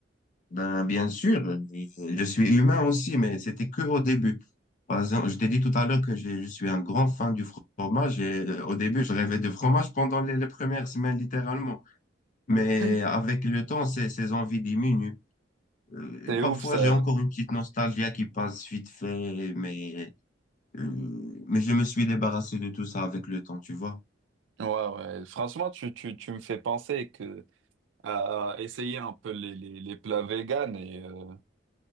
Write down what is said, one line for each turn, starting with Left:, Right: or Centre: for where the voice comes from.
Left: Ben, bien sûr, euh, je suis humain aussi, mais c'était que au début. Par exemple, je t'ai dit tout à l'heure que j'ai- je suis un grand fan du fromage et euh, au début, je rêvais de fromage pendant les, les premières semaines, littéralement. Mais
Right: <laughs>
Left: avec le temps, ces, ces envies diminuent. Euh,
Right: C'est
Left: parfois,
Right: ouf ça.
Left: j'ai encore une petite nostalgie qui passe vite fait, mais, euh, mais je me suis débarrassé de tout ça avec le temps, tu vois.
Right: Ouais, ouais. Franchement, tu, tu, tu me fais penser que à essayer un peu les, les, les plats véganes et euh,